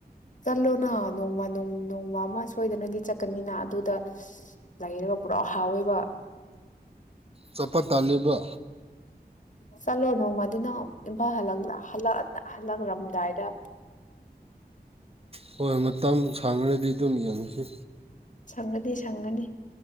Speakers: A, on the left (about 50°); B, on the right (about 35°).
A: ꯆꯠꯂꯣꯅ ꯅꯣꯡꯃ ꯅꯣꯡꯃ ꯑꯃ ꯁꯣꯏꯗꯅꯒꯤ ꯆꯠꯀꯅꯤꯅ ꯑꯗꯨꯗ ꯂꯩꯔꯒ ꯄꯨꯔꯥ ꯍꯥꯎꯋꯦꯕ
B: ꯆꯠꯄ ꯇꯥꯜꯂꯤꯕ
A: ꯆꯠꯂꯣ ꯅꯣꯡꯃꯗꯤ ꯅ ꯏꯝꯐꯥꯜ ꯍ ꯍꯜꯂꯛꯂꯝꯗꯥꯏꯗ
B: ꯍꯣꯏ ꯃꯇꯝ ꯁꯥꯡꯈ꯭ꯔꯗꯤ ꯑꯗꯨꯝ ꯌꯦꯡꯉꯨꯁꯤ
A: ꯁꯪꯒꯗꯤ ꯁꯪꯒꯅꯤ